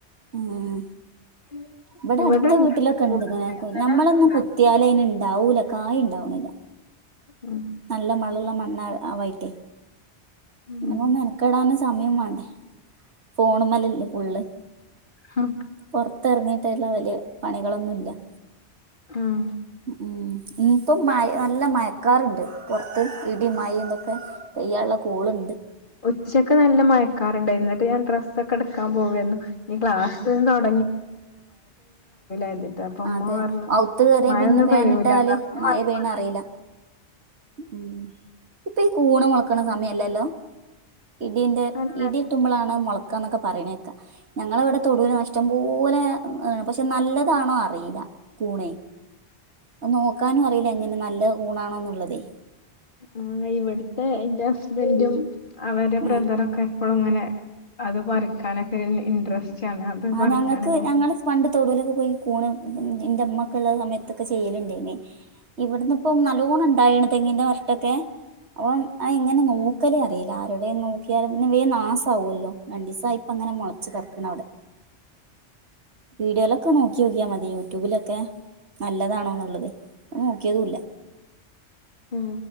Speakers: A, on the right; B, on the left.
A: ഉം.
B: <inaudible>
A: ഇവിടെ
B: ഇവിടെണ്ട്
A: അടുത്ത വീട്ടിലൊക്കെ ഇണ്ട്ങ്ങനെ
B: ഇന്നലെ
A: ഞമ്മളൊന്നും
B: ഉണ്ടാക്കി
A: കുത്തിയാലയിനിണ്ടാവൂല കായുണ്ടാവണില്ല.
B: ഉം
A: നല്ല മളുള്ള മണ്ണ ആവായിട്ടേ
B: ഉം
A: <unintelligible> മെനക്കെടാനും സമയം മേണ്ടേ ഫോണും മേലല്ലേ ഫുള്ള്.
B: ഹ്
A: പൊറത്തെറങ്ങീട്ടുള്ള വലിയ പണികളൊന്നുംല്ല
B: ഉം
A: ഉം ഇനീപ്പം മയ നല്ല മയക്കാറുണ്ട് പൊറത്ത് ഇടീം മഴേം ഇതൊക്കെ പെയ്യാള്ള കോളുണ്ട്.
B: ഉച്ചക്ക് നല്ല മയക്കാറണ്ടായിരുന്നു എന്നിട്ട് ഞാൻ ഡ്രസ്സൊക്കെ എടുക്കാൻ പോവേരുന്നു, നീ <unintelligible> കരുതിട്ട് അപ്പൊ ഉമ്മ
A: അതെ,
B: പറഞ്ഞു
A: ഔത്ത് കേറിയാ
B: മഴൊന്നും
A: പിന്നെ ഫാനിട്ടാല്
B: പെയ്യൂല പറഞ്ഞ
A: മയ
B: മാതിരി
A: പെയ്യണറിയില്ല
B: മഴ
A: ഉം. ഇപ്പൊ ഈ കൂണ് മൊളക്കണ സമയല്ലല്ലോ ഇടീന്റെ
B: അല്ല
A: ഇടി വെട്ടുമ്പളാണ് മൊളക്കാന്നക്ക പറയണേക്കാം ഞങ്ങള ഇവിടെ തൊടൂന്ന് ഇഷ്ട്ടം പോലെ, പക്ഷെ നല്ലതാണോ അറിയില്ല, കൂണെ. നോക്കാനും അറിയില്ല എങ്ങനെ നല്ല കൂണാണോന്നുള്ളതേ.
B: ആഹ് ഇവിടുത്തെ എന്റെ ഹ സ്ബൻറും അവരെ
A: ഉം
B: ബ്രദറൊക്കെ. ഇപ്പൊളും ഇങ്ങനെ അത് പറിക്കാനൊക്കെ ഇൻണ്ട്രസ്റ്റ് ആണ് അത്
A: ആ
B: പറിക്കാനൊക്കെപോകും.
A: ഞങ്ങൾക്ക് ഞങ്ങള് പണ്ട് തൊടീലൊക്കെ പോയി കൂണ്, എന്റെമ്മക്ക ഉള്ള സമയത്തൊക്കെ ചെയ്യലുണ്ടേനീ ഇവിടുന്ന് ഇപ്പം നല്ലോണം ഇണ്ടാണേണ് തെങ്ങിന്റെ അറ്റ ത്തെ. അപ്പം അഇങ്ങനെ നോക്കല് അറിയില്ല ആരോടെ നോക്കിയാലും പിന്നേ വേം നാസാവ്വല്ലോ, രണ്ടീ സായി ഇപ്പ അങ്ങനെ മുള- ച്ചു കെടക്കണവിടെ. വീഡിയോയിലൊക്കെ നോക്കി നോക്കിയാ മതി യൂട്യൂബിലൊക്കെ. നല്ലതാണോന്നുള്ളത്, അത് നോക്കിയതുവില്ല.
B: ഉം